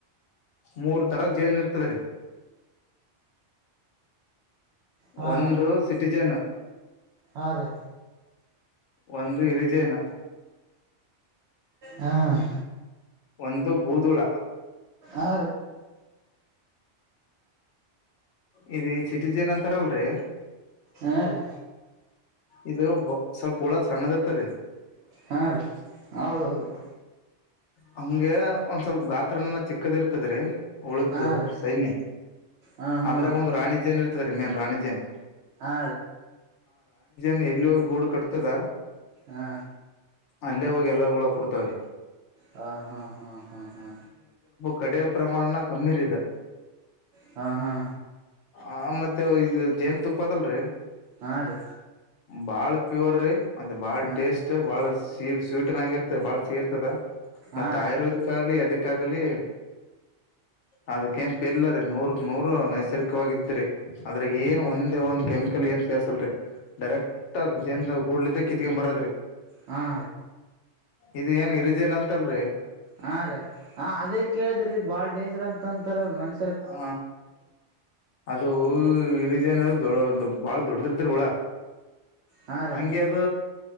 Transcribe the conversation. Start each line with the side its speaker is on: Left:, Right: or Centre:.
Left: ಮೂರು ತರ ಜೇನ ಇರ್ತಾರೆ
Right: ಹಾ
Left: ಒಂದು ಸಿಟಿಜನ್
Right: ಹಾ ರೀ
Left: ಒಂದು ಇರುಜೇನ
Right: ಹ್ಮ್
Left: ಒಂದು ಬೂದುಳ
Right: ಆ
Left: ಇ ಸಿಿಟಿ ಜೇನ್ ಅಂತಾರಲ್ರಿ
Right: ಹೀ
Left: ಇದು ಸ್ವಲ್ಪ ಹುಳ ಸಣ್ಣದ ತ್ತ ರೀ
Right: ಹಾ ರೀ ಹೌದ್ದ್ರೀ
Left: ಹಂಗೆ ಒಂದ್ ಸ್ವಲ್ಪ ಗಾತ್ರನ ಚಿಕ್ಕದ ಇರ್ತದ್ರಿ ಉಳು
Right: ಹಾ ರೀ
Left: ಸೈನ್ಯ
Right: ಹಾ ಹಾ
Left: ಅದ್ರಾಗ ಒಂದು ರಾಣಿ ಜೇನ್ ಇರ್ತದೆೀ ಮೇನ್ ರಾಣಿ ಜೇನ್
Right: ಆ
Left: ನ್ ಎಲ್ಲಿೋಗಿ ಗೂಡು ಕಟ್ತದ
Right: ಹಾ
Left: ಅಲ್ಲೇ ಹೋಗಿ ಎಲ್ಲಳ ಕೊಡ್ತವ್ರೀ
Right: ಹಾ ಹಾ ಹಾ ಹಾ ಹಾ
Left: ಕಡೆಯ ಪ್ರಮಾಣನ ಕಮ್ಮಿರದೆ
Right: ಹಾ ಹಾ ಹಾ
Left: ಆ ಮತ್ತೆ ಇದು ಜೇನು ತುಪ್ಪ ಅದಲ್ರರಿ
Right: ಹಾಂ ರೀ
Left: ಬಾಳ್ ಪ್ಯೂರ್ ಮತ್ತೆ ಬಾಳ
Right: ಹಾಂ
Left: ಟೇಸ್ಟ್ ಬಹಳ ಸ ಸ್ವೀಟ್ ನಂಗ ಇರ್ತ ಬಾಳ ಸೀ ಇರ್ತದ
Right: ಹಾಂ
Left: ಮತ್ತ
Right: ರೀ
Left: ಆಯುರ್ವೇದಕ್ ಆಾಗಲಿ ಅದಕ್ಕ ಆಾಗಲಿ ಅದಕ್ಕ ನ್ ಪರ್ಲ್ಲ ರೀ ನೂರಕ್ ನೂರು ನೈಸರ್ಗಿಕವಾಗಿದ್ರಿ ಅದ್ರಾಗ ಏನು ಒಂದೇ ಒಂದ್ ಕೆಮಿಕಲ್ ಏನ್ ಸೇರ್ಸಲ್ರಿ ಡೈರೆಕ್ಟ್ ಅದ್ ಜನ್ ಗೂಡ್ಲ ಇದ ಕಿತ್ಕೊಂಡ್ ಬರದ್ರಿ
Right: ಹಾ
Left: ಇದು ಏನ್ ಹಿರಿಜೇನ್ ಅಂತಲ್ರಿ
Right: ಹಾ ರೇ ಹ ಅದೇ ಕೇಳಿದ್ರಿ ಬಾಳ್ ಡೇಂಜರ್ ಅಂತ ಅಂತರ್ ಮನ್ಷ
Left: ಹ ಅದು ಓ ಈ ರಿಜೆನಾದ ದೊ ದೊ ಬಾಳ ದೊಡ್ಡದ ಇರ್ತದ್ರಿ ಹುಳಾ.
Right: ಹಾಂ ರೀ
Left: ಹಂಗೆ ಅದ.